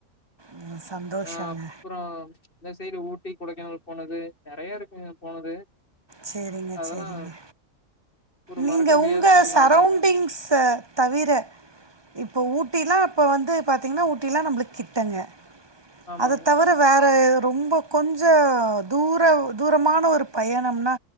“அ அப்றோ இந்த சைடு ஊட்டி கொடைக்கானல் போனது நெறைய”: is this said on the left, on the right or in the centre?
Left